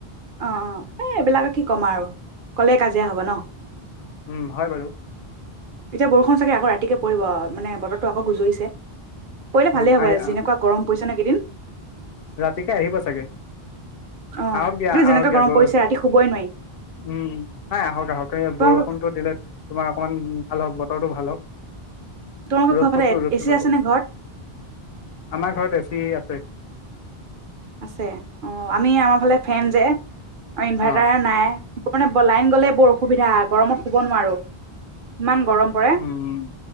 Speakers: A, on the right; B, on the left.
A: অ অ এ এইবিলাকে কি কম আৰু কলে কাজিয়া হব ন
B: উম হয় বাৰু
A: এতিয়া বৰষুণ চাগে আকৌ ৰাতিকে, পৰিব মানে বতৰটো আকৌ গুজৰিছে পৰিলে
B: উ
A: ভালেই হ'ব
B: আহি
A: যেনেকুৱা গৰম পৰিছে ন এইকেইদিন
B: ৰাতিকে আহিব চাগে।
A: অ' এইটো
B: আহক দিয়া আহক
A: যেনেকুৱা
B: দিয়া
A: গৰম
B: গৈ
A: পৰিছে ৰাতি শুবই নোৱাৰি
B: উম উ নাই আহক আহক এ
A: তোমালোকৰ
B: বৰষুণটো দিলে। তোমাৰ অকণমান ভাল হওক বতৰটো ভাল হওক,
A: তোমালোকৰ
B: ৰ'দট
A: ঘৰৰ ফালে
B: কৈ ৰ'দটো
A: এ চি
B: লগ
A: আছে
B: গলো
A: নে ঘৰত
B: আমাৰ ঘৰত এ চি আছে।
A: আছে অ আমি আমাৰ ফালে ফেন যে, ইনভাৰ্টাৰ
B: অ
A: নাই, মানে লাইন গ'লে বৰ অসুবিধা গৰমত শুব নোৱাৰো। ইমান গৰম পৰে
B: উম,